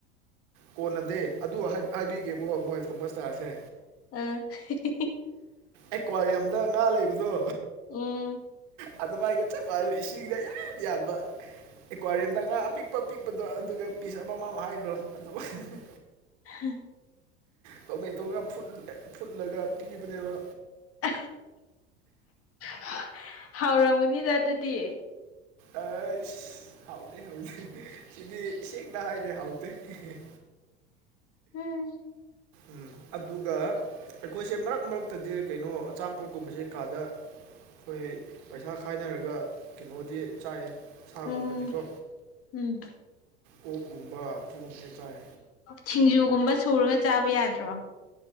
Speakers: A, on the right; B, on the left.
A: ꯀꯣꯟꯅꯗꯦ ꯑꯗꯨ ꯍꯥꯏ ꯍꯥꯏꯕꯤꯒꯦꯕꯀꯣ ꯃꯣꯏ ꯊꯣꯡꯕꯁꯇꯥꯔꯁꯦ
B: ꯑꯥ ꯍꯤ ꯍꯤ ꯍꯤ
A: ꯑꯦꯀ꯭ꯋꯥꯔꯤꯌꯝꯗ ꯉꯥ ꯂꯩꯕꯗꯣ
B: ꯎꯝ
A: ꯑꯗꯨ ꯃꯥꯏꯒ ꯆꯞ ꯃꯥꯟꯅꯕ ꯏꯁꯤꯡꯒ ꯌꯥꯝ ꯌꯥꯟꯕ ꯑꯦꯀ꯭ꯋꯥꯔꯤꯌꯝ ꯑꯄꯤꯛꯄ ꯄꯤꯛꯄꯗꯣ ꯑꯗꯨꯒ ꯄꯤꯁ ꯑꯃꯃꯝ ꯍꯥꯏꯈ꯭ꯔꯣ ꯑꯗꯨ ꯑ ꯍ ꯍ ꯍ
B: ꯍꯍ
A: ꯇꯣꯃꯦꯇꯣꯒ ꯐꯨꯠ ꯐꯨꯠꯂꯒ ꯄꯤꯕꯅꯦꯕ
B: ꯑ ꯍꯍ ꯍꯥꯎꯔꯝꯒꯅꯤꯗ ꯑꯗꯨꯗꯤ
A: ꯑꯩꯁ ꯍꯥꯎꯇꯦ ꯍꯥꯎꯇꯦ ꯁꯤꯗꯤ ꯏꯁꯦꯡꯅ ꯍꯥꯏꯒꯦ ꯍꯥꯎꯇꯦ ꯍꯦ ꯍꯦ
B: ꯎꯝ
A: ꯎꯝ ꯑꯗꯨꯒ ꯑꯩꯈꯣꯏꯁꯦ ꯃꯔꯛ ꯃꯔꯛꯇꯗꯤ ꯀꯩꯅꯣ ꯑꯆꯥꯄꯣꯠꯀꯨꯝꯕꯁꯦ ꯀꯥꯗ ꯑꯩꯈꯣꯏ ꯄꯩꯁꯥ ꯈꯥꯏꯅꯔꯒ ꯀꯩꯅꯣꯗꯤ ꯆꯥꯏ ꯁꯥꯒꯨꯝꯕꯗꯤꯀꯣ
B: ꯎꯝ ꯎꯝ
A: ꯑꯣꯛꯒꯨꯝꯕ ꯁꯤꯒꯨꯝꯕꯁꯦ ꯆꯥꯏ
B: ꯁꯤꯡꯖꯨꯒꯨꯝꯕ ꯁꯨꯔꯒ ꯆꯥꯕ ꯌꯥꯗ꯭ꯔꯣ